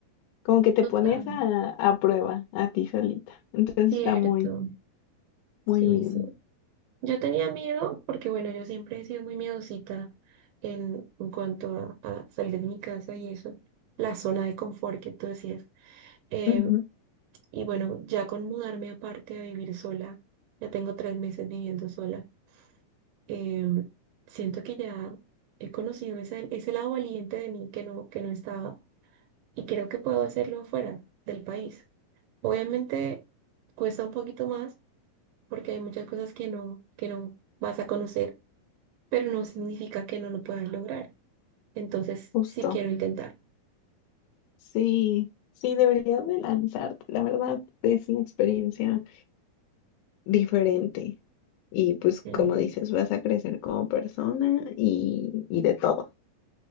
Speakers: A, on the left; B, on the right.
A: Como que te
B: Total,
A: pones a, a prueba a ti solita. Entonces
B: cierto.
A: está muy,
B: Sí,
A: muy bien.
B: sí. Yo tenía miedo porque, bueno, yo siempre he sido muy miedosita en, en cuanto a, a salir de mi casa y eso, la zona de confort que tú decías. Eh,
A: Ujú.
B: y bueno, ya con mudarme aparte a vivir sola, ya tengo tres meses viviendo sola, eh, siento que ya he conocido ese, ese lado valiente de mí que no, que no estaba y creo que puedo hacerlo fuera del país. Obviamente cuesta un poquito más porque hay muchas cosas que no, que no vas a conocer, pero no significa que no lo puedas lograr. Entonces,
A: Justo.
B: sí quiero intentar.
A: Sí, sí, deberías de lanzarte. La verdad es una experiencia diferente. Y pues como
B: Ujú,
A: dices, vas a crecer como persona y, y de todo. <laughs>